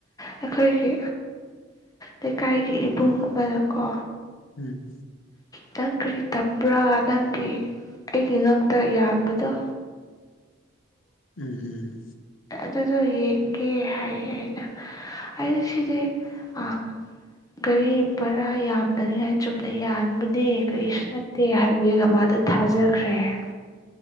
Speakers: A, on the left; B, on the left.
A: ꯑꯩꯈꯣꯏꯒꯤ ꯂꯩꯀꯥꯏꯒꯤ ꯏꯕꯨꯡ ꯑꯃꯅꯀꯣ
B: ꯎꯝ
A: ꯅꯪ ꯀꯔꯤ ꯇꯝꯕ꯭ꯔꯥ ꯅꯪꯒꯤ ꯑꯩꯒꯤ ꯉꯛꯇ ꯌꯥꯕꯗꯣ
B: ꯎꯝ ꯎꯝ
A: ꯑꯗꯨꯗꯣ ꯌꯦꯡꯒꯦ ꯍꯥꯏꯌꯦ ꯑꯩꯅ ꯑ ꯁꯤꯗ ꯑ ꯒꯥꯔꯤ ꯕꯔꯥ ꯌꯥꯝꯅꯔꯤꯉꯥꯏ ꯆꯨꯝꯅ ꯌꯥ ꯀꯔꯤꯁꯨ ꯅꯠꯇꯦ ꯍꯥꯏꯕ ꯃꯥ ꯊꯥꯖ ꯈ꯭ꯔꯦ ꯑ